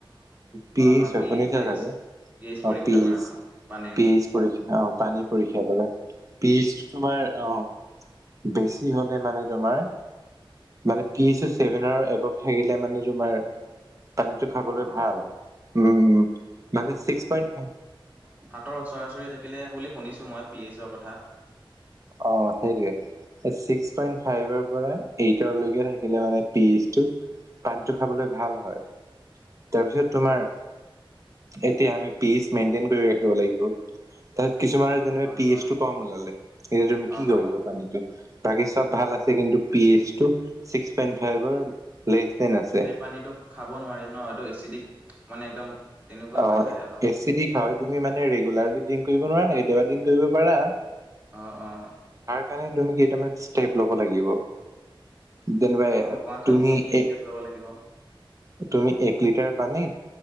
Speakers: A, on the right; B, on the right.
A: পি
B: অ
A: এইচ
B: অ
A: হয়, শুনিছা
B: পি এইচ
A: চাগে।
B: এইচ
A: অ,
B: পৰীক্ষা
A: পি
B: কৰা
A: এইচ,
B: অ পানীৰ
A: পি এইচ পৰীক্ষা, অ, পানী পৰীক্ষা কৰে, পি এইচ তোমাৰ অ, বেছি হলে মানে তোমাৰ মানে পি এইচৰ চছেভেনৰ এবভ থাকিলে মানে তোমাৰ পানীটো খাবলৈ
B: অ
A: ভাল, উম, উম, মানে ছিক্স পইন্ট ফাইফ
B: হাতৰ ওচৰা ওচৰি থাকিলে বুলি শুনিছোঁ মই, পি এইছৰ কথা।
A: অ', সেইটোৱে ছিক্স পইণ্ট ফাইভৰ পৰা এইটৰ লৈকে থাকিলে মানে পি এইচ টো পানীটো খাবলৈ ভাল হয় তাৰপিছত তোমাৰ এতিয়া আমি পি এইচ মেইনটেইন কৰি ৰাখিব লাগিব। তাৰিছত কিছুমানৰ যেনিবা
B: হয়
A: পিএইচ
B: হয়
A: টো কম ওলালে এতিয়া তুমি কি
B: অ
A: কৰিবা,
B: অ
A: পানীটো? বাকি চব ভাল আছে কিন্তু পি এইচ টো ছিক্স পইণ্ট ফাইভাৰ লেছ। দেন আছে
B: সেই পানীটো খাব নোৱাৰি ন এইটো এচিডিক মানে একদম তেনেকুৱা
A: অ
B: হৈ যায় অলপ।
A: এচিডিক হয় তুমি মানে ৰেগুলাৰলি ড্ৰিংক কৰিব নোৱাৰা কেতিয়াবা ড্ৰিং কৰিব পাৰা।
B: অ', অ',
A: সেইকাৰণে তুমি কেইটামান ষ্টেপ লব লাগিব যেনিবা
B: অ কোৱাচোন
A: তুমি
B: কি কি
A: এ
B: ষ্টেপ ল'ব লাগিব
A: তুমি এক লিটাৰ পানীত